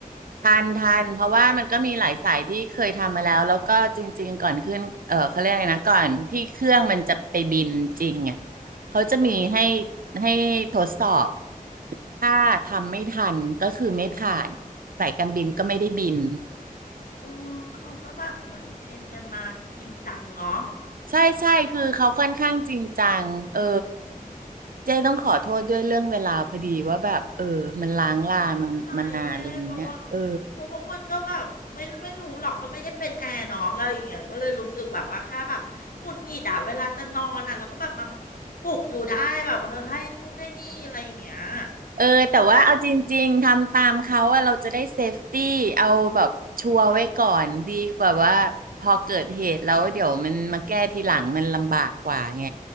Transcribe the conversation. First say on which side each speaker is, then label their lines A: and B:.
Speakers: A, on the right (about 70°); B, on the left (about 70°).
A: ทันทันเพราะว่ามันก็มีหลายสายที่เคยทำมาแล้วแล้วก็จริงๆก่อนขึ้นเออเขาเรียกอะไรนะก่อนที่เครื่องมันจะไปบินจริงอ่ะเขาจะมีให้
B: อืม
A: ให้ทดสอบถ้าทำไม่ทันก็คือไม่ผ่านสายการบินก็ไม่ได้บิน
B: อืมเขาก็แบบเหมือนเทรนกันมาจริงจังเนาะ
A: ใช่ใช่คือเขาค่อนข้างจริงจังเออเจ๊ต้องขอโทษด้วยเรื่องเวลาพอดีว่าแบบเออมันล้างลามันมานานอะไรอย่างเงี้ยเออ
B: ไม่เป็นไรเจ้เพราะว่าเพราะว่าอ้วนก็แบบไม่ไม่รู้หรอกก็ไม่ได้เป็นแอร์เนาะอะไรอย่างเงี้ยก็เลยรู้สึกแบบว่าแค่แบบหงุดหงิดอะเวลาจะนอนอะแล้วก็แบบมาปลุกอยู่ได้แบบเออให้นู่นให้นี่อะไรอย่างเงี้ย
A: เออแต่ว่าเอาจริงๆทำตามเขาอะเราจะได้เซฟตี้เอาแบบชัวร์ไว้ก่อนดีกว่าว่าพอเกิดเหตุแล้วเดี๋ยวมันมาแก้ทีหลังมันลำบากกว่าไง
B: แล้วก็